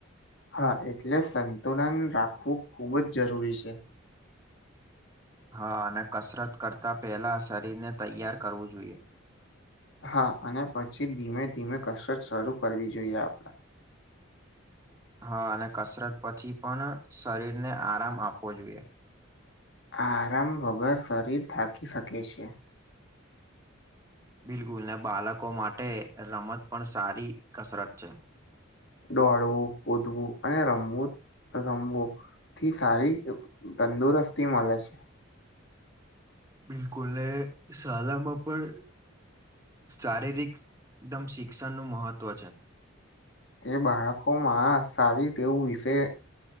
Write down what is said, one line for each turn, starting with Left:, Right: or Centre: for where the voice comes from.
Left: હા એટલે સંતુલન રાખવું ખુબ જ જરૂરી છે.
Right: હા અને કસરત કરતા પેલા શરીર ને તૈયાર કરવું જોઈએ.
Left: હા અને પછી ધીમે ધીમે કસરત શરૂ કરવી જોઈએ આપણે.
Right: હા અને કસરત પછી પણ શરીરને આરામ આપવો જોઈએ.
Left: આરામ વગર શરીર થાકી શકે છે.
Right: બિલકુલ ને બાળકો માટે રમત પણ સારી કસરત છે.
Left: દોડવું, કૂદવું અને રમવું રમવું. થી સારી તંદુરસ્તી મળે છે.
Right: બિલકુલ ને <unintelligible> પણ શારીરિક એકદમ શી શિક્ષણ નું મહત્વ છે.
Left: તે બાળકોમાં સારી ટેવું વિશે